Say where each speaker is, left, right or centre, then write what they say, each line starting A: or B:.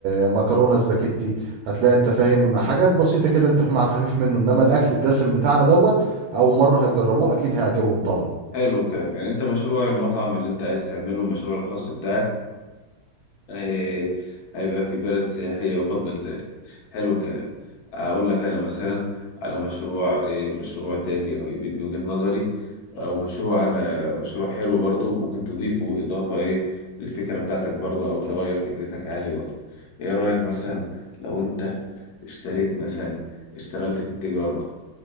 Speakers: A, on the right; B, on the left.
A: آه، مكرونه سباكيتي هتلاقي انت فاهم حاجات بسيطه كده انت فاهم على الخفيف منه انما الاكل الدسم بتاعنا دوت اول مره هيجربوه اكيد هيعجبهم طبعا
B: حلو الكلام يعني أنت مشروع المطعم اللي أنت عايز تعمله المشروع الخاص بتاعك هي- هيبقى في بلد سياحية يفضل ذلك حلو الكلام أقول لك أنا مثلا على مشروع إيه، مشروع تاني أو يبقى من وجهة نظري أو مشروع أنا مشروع حلو برضو ممكن تضيفه إضافة إيه للفكرة بتاعتك برضو أو تغير فكرتك عادي برضو إيه رأيك مثلا لو أنت اشتريت مثلا اشتغلت في التجارة